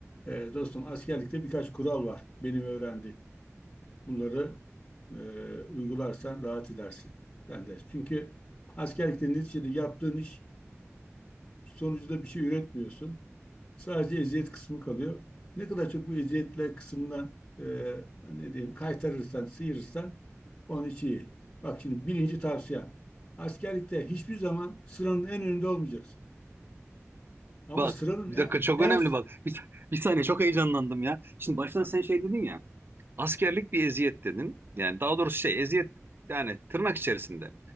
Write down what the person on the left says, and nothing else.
e, dostum askerlikte birkaç kural var. Benim öğrendiğim. Bunları e, uygularsan rahat edersin. Sen de. Çünkü askerlikte neticede yaptığın iş sonucunda bir şey üretmiyorsun. Sadece eziyet kısmı kalıyor. Ne kadar çok bu eziyetler kısmından e, ne diyeyim kaytarırsan, sıyırırsan onun için iyi. Bak şimdi birinci tavsiyem. Askerlikte hiçbir zaman sıranın en önünde olmayacaksın. Ama
sıranın
en,
en